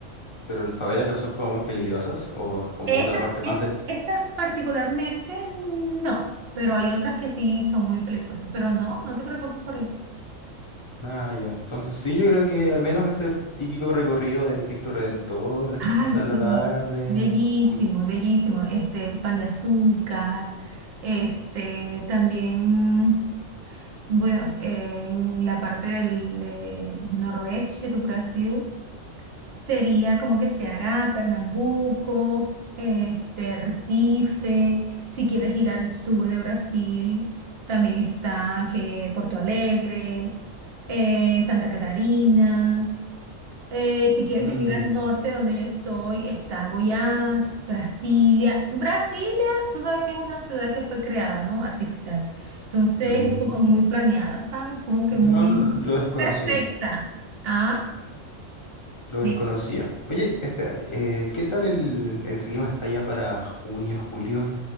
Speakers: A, on the left; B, on the right.
A: pero las favelas no son como muy peligrosas o como
B: Esas,
A: otra parte
B: es,
A: más del...
B: esas particularmente no, pero hay otras que sí son muy peligrosas. Pero no, no te preocupes por eso.
A: Ah, ya. Entonces sí, yo creo que al menos ese típico recorrido de Cristo Redentor, después
B: Ay,
A: pasar
B: sí,
A: la tarde...
B: bellísimo,
A: con-
B: bellísimo. Este, pan de azúcar, este, también. Bueno, eh, en la parte del de noroeste do Brasil sería como que Ceará, Pernambuco, este, Recife. Si quieres ir al sur de Brasil, también está que Porto Alegre, eh, Santa Catarina. Eh, si quieres
A: Mm,
B: venir al norte donde yo estoy, está Goiás, Brasilia. Brasilia, tú sabes que es una ciudad que fue creada, ¿no? Artificial. Entonces
A: mm.
B: es como muy planeada, ¿sabes? Como que
A: No,
B: muy
A: no, lo desconocía,
B: perfecta. Ah,
A: lo
B: sí.
A: desconocía. Oye, espérate, eh, ¿qué tal el, el clima está ya para junio, julio?